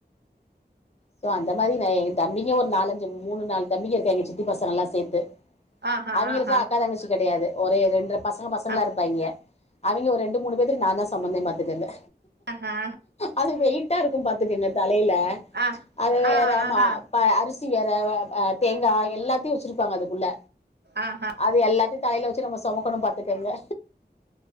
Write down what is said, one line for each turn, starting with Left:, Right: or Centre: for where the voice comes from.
Left: சோ அந்த மாரி நா ஏ தம்பிங்க ஒரு நாலஞ்சு என்‌ மூணு நாலு தம்பிங்க இருக்காய்ங்க சித்தி பசங்கல்லா சேத்து
Right: ஆஹா
Left: அவைங்களுக்கெல்லா
Right: ஆஹா
Left: அக்கா தங்கச்சி கெடையாது ஒரே ரெண்டர பசங்க பசங்களா
Right: ஆ
Left: இருப்பாய்ங்க அவைங்க ஒரு ரெண்டு மூணு பேத்துக்கு நா தா சொமந்தே பாத்துக்கோங்க
Right: ஆ ஹா
Left: அது வெயிட்டாருக்கு பாத்துக்கங்க தலைல
Right: ஆ
Left: அத வேற
Right: ஆ
Left: ஆமா
Right: ஆஹா
Left: ப்ப அரிசி வேற தேங்கா எல்லாத்தையு வச்சிருப்பாங்க அதுக்குள்ள
Right: ஆ ஹா
Left: அது எல்லாத்தையு தலைல வச்சு நம்ம சொமக்கணு பாத்துக்கங்க